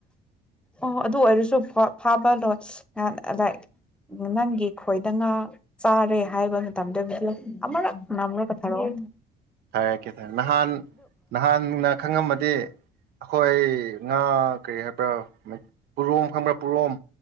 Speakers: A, in the centre; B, on the right (about 70°).
A: ꯑꯣ ꯑꯗꯨ ꯑꯣꯏꯔꯁꯨ ꯐꯥꯕ ꯂꯣ ꯂꯥꯏ ꯅꯪꯒꯤ ꯈꯣꯏꯗꯅ ꯆꯥꯔꯦ ꯍꯥꯏꯕ ꯃꯇꯝꯗ ꯑꯃꯔꯛ ꯅꯝꯔꯒ ꯀꯊꯔꯛꯑꯣ
B: ꯍꯥꯏꯔꯛꯀꯦ ꯊꯔ ꯅꯍꯥꯟ ꯅꯍꯥꯟꯅ ꯈꯪꯉꯝꯃꯗꯤ ꯑꯩꯈꯣꯏ ꯉꯥ ꯀꯔꯤ ꯍꯥꯏꯕ꯭ꯔꯥ ꯄꯨꯣꯔꯣꯝ ꯈꯪꯕ꯭ꯔꯥ ꯄꯨꯔꯣꯝ